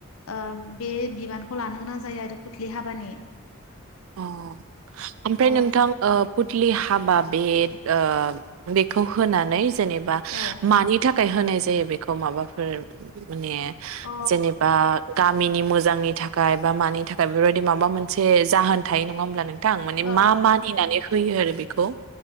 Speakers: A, on the left; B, on the right.
A: ओ बे बिबानखौ लानो गोनां जायो आरो फुथलि हाबानि।
B: अ ओमफ्राय
A: औ
B: नोंथां ओ फुथ लि हाबा बे ओ बेखौ होनानै। जेनेबा
A: औ
B: मानि थाखाय होनाय। जायो बेखौ माबाफोर। माने
A: अ औ
B: जेनेबा गाब मिनि मोजांनि थाखाय बा मानि थाखाय। दा बेफोरबायदि माबा मोनसे जाहोन। थायो नङा होनोमब्ला नों थां माने
A: औ
B: मा मानिनानै होयो आरो बे खौ